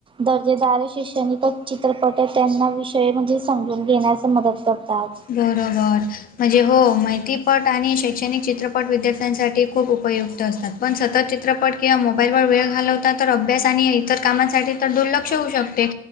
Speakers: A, on the right (about 30°); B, on the left (about 55°).
A: दर्जेदार शैक्षणिकच चित्रपट आहेत. त्यांना विषय म्हणजे समजून देण्यास मदत करतात.
B: बरोबर. म्हणजे हो. माहितीपट आणि शैक्षणिक चित्रपट विद्यार्थ्यांसाठी खूप उपयुक्त असतात. पण सतत चित्रपट किंवा मोबाईलवर वेळ घालवता तर अभ्यास आणि इतर कामांसाठी तर दुर्लक्ष होऊ शकते.